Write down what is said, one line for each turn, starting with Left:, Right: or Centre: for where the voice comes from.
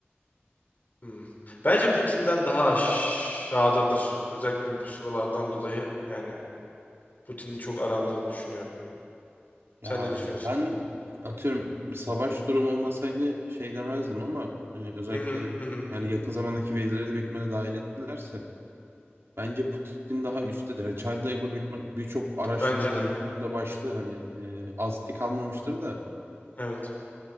Left: Hmm. Bence Putin'den daha aşağıdadır. Özellikle bu sıralardan dolayı yani Putin'in çok arandığını düşünüyorum. Sen
Right: Ya
Left: ne düşünüyorsun?
Right: ben atıyorum savaş durumu olmasaydı şey demezdim ama e, özellikle
Left: Hı hı hı. hı.
Right: yani yakın zamandaki verileri de bitmene dahil ettilerse bence Putin daha üsttedir. Yani child labor bitme birçok araştırma
Left: Bence
Right: konusunun
Left: de.
Right: da başlığı hani e, asti kalmamıştır da
Left: Evet.